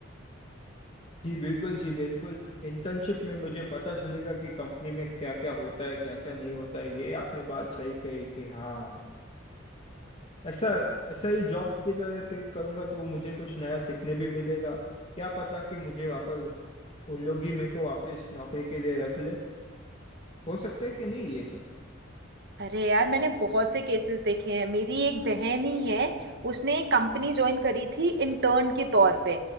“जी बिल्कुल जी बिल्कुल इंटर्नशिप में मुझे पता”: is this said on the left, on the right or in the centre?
Left